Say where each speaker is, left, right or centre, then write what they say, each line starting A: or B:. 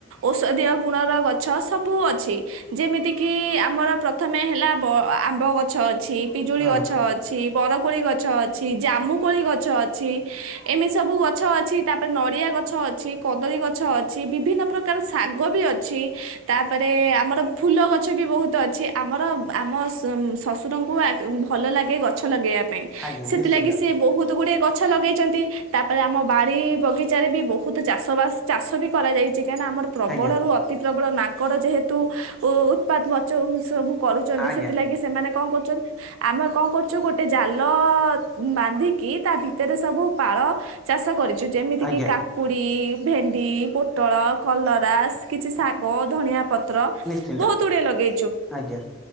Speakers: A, on the right; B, in the centre.
A: ଔଷଧି ଗୁଣର ଗଛ ସବୁ ଅଛି। ଯେମିତି କିି ଆମର ପ୍ରଥମେ ହେଲା ବ ଆମ୍ବ ଗଛ ଅଛି ପିଜୁଳି
B: ହଁ
A: ଗଛ ଅଛି। ବରକୋଳି ଗଛ ଅଛି ଜାମୁକୋଳି ଗଛ ଅଛି ଏମିତି ସବୁ ଗଛ ଅଛି ତାପରେ ନଡିଆ ଗ ଗଛ ଅଛି କଦଳୀ ଗଛ ଅଛି। ବିଭିନ୍ନ ପ୍ରକାର ଶାଗ ବି ଅଛି। ତାପରେ ଆପ୍ ଆମର ଫୁଲ ଗଛ ବି ବହୁତ ଅଛି ଆମର ଆମ ଶ୍ୱଶୁରଙ୍କୁ ଭଲ ଲାଗେ ଗଛ ଲଗେଇବା ପାଇଁ ପାଇଁ
B: ଆଜ୍ଞା
A: ସେଥିଲାଗି
B: ନିଶ୍ଚିନ୍ତ
A: ସେ ବହୁତ ଗୁଡେ ଗଛ ଲଗେଇଛନ୍ତି ତାପରେ ଆମ ବାଡି ବଗିଚାରେ ବି ବହୁତ ଚାଷ ବାସ ଚାଷ ବି କରାଯାଇଛି। କାହିଁକିନା ଆମ ପ୍ରବଳରୁ
B: ଆଜ୍ଞା
A: ଅତି ପ୍ରବଳ ମାଙ୍କଡ ଯେହେତୁ ଉତ୍ପାତ ମ ସବୁ କରୁଛନ୍ତି
B: ଆଜ୍ଞା
A: ସେଥିଲାଗି ସେମାନେ କଣ କରୁ ଆମେ କଣ କରୁଛୁ ଗୋଟେ ଜାଲ ବାନ୍ଧିକି ତା ଭିତରେ ସବୁ ପାଳ ଚାଷ କରିଛୁ ଯେମିତି
B: ଆଜ୍ଞା
A: କିି କାକୁଡି ଭେଣ୍ଡି ପୋଟଳ କଲରାସ କିଛି ଶାଗ ଧନଆ ପତ୍ର
B: ନିଶ୍ଚିନ୍ତ
A: ବହୁତ ଗୁଡିଏ ଲଗେଇ
B: ଆଜ୍ଞା